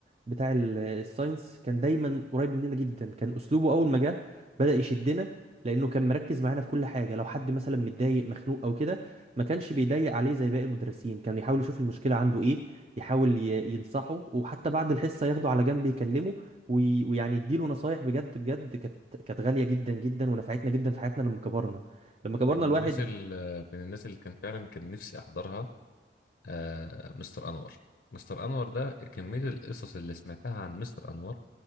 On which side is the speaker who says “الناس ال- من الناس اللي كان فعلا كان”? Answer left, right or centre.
Left